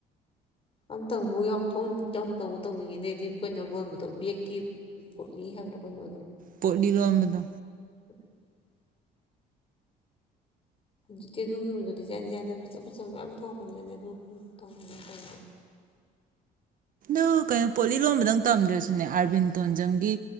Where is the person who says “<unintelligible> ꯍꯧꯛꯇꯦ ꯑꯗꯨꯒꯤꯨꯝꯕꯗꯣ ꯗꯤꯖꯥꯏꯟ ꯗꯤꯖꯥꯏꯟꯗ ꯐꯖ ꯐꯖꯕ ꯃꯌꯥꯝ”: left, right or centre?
Left